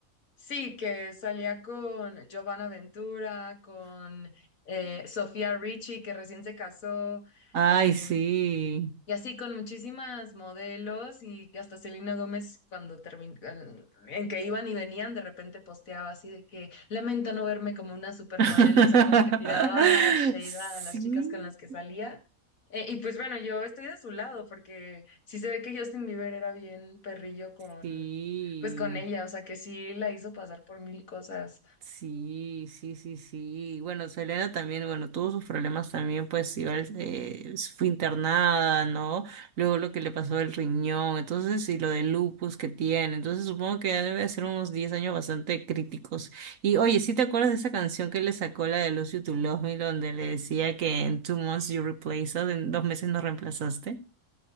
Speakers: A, on the left; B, on the right.
A: Sí, que salía con Giovanna Ventura, con eh, Sofía Richie, que recién se casó.
B: Ay,
A: eh,
B: sí.
A: y así con muchísimas modelos y que hasta Selena Gómez cuando terminó, en que iban y venían, de repente posteaba así de que lamento no verme como una supermodelo,
B: <laughs>
A: o sea, como que tiraba shade
B: Sí,
A: a las chicas con las que salía. Eh, y pues bueno, yo estoy de su lado porque sí se ve que Justin Bieber era bien perrillo con,
B: sí.
A: pues con ella, o sea, que sí la hizo pasar por mil cosas.
B: Sí, sí, sí, sí. Bueno, Selena también, bueno, tuvo sus problemas también, pues igual eh, fue internada, ¿no? Luego lo que le pasó el riñón, entonces, y lo de lupus que tiene. Entonces, supongo que debe de ser unos 10 años bastante críticos. Y oye, ¿sí te acuerdas de esa canción que le sacó la de Lose You to Love Me, donde le decía que en two months you replaced us, en dos meses nos reemplazaste?